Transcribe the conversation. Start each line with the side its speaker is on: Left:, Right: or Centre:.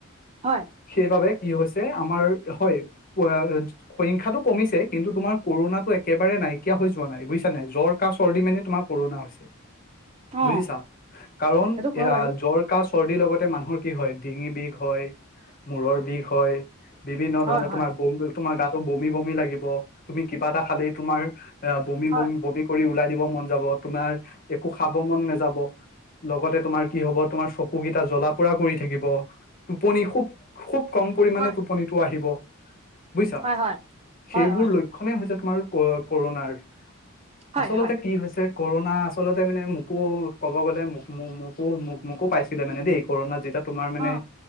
Right: হয়।
Left: সেইবাবে কি হৈছে আমাৰ হয়। <unintelligible> সংখ্যাটো কমিছে কিন্তু তোমাৰ কৰোণাতটো একেবাৰে নাইকিয়া হৈ যোৱা নাই, বুজছা নাই জ্বৰ কাঁহ চৰ্দি মানে তোমাৰ কৰোণা হৈছে।
Right: অ
Left: বুজিছা, কাৰণ
Right: সেইটো হয়
Left: এয়া
Right: বাৰু
Left: জ্বৰ কাঁহ চৰ্দিৰ লগতে মানুহৰ কি হয় ডিঙি বিষ হয় মূৰৰ বিষ হয় বিভিন্ন
Right: হয়
Left: ধৰণৰ
Right: হয়
Left: তোমাৰ বম বিল তোমাৰ গাতো বমি, বমি লাগিব তুমি কিবা এটা খালেই তোমাৰ বমি,
Right: হয়
Left: বমি, বমি। কৰি ওলাই দিব মন যাব তোমাৰ একো খাব মন নাযাব। লগতে তোমাৰ কি হব তোমাৰ চকুকেইটা জ্বলা পোৰা কৰি থাকি ব টোপনি খুব খুব কম পৰিমানে
Right: হয়
Left: টোপনিটো আহিব। বুজিছা
Right: হয় হয়
Left: সেইবোৰ
Right: হয় হয়
Left: ল ক্ষণে হৈছে তোমাৰ ক কৰোণাৰ
Right: হয়
Left: আচলতে
Right: হয় হয়
Left: কি হৈছে। কৰোণা আচলতে মানে মোকো ক'ব গ'লে মোক, মোক, মোকো, মোক, মোকো পাইছিলে মানে দেই কৰোণাত যেতিয়া তোমাৰ মানে।
Right: অ